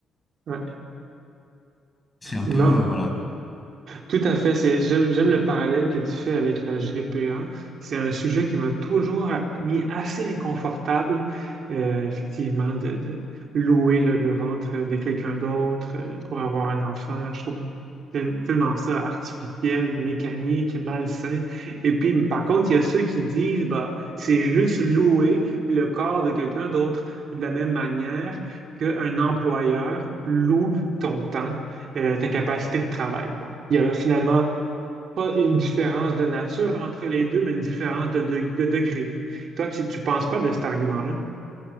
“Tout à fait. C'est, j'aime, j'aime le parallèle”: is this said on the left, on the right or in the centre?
Right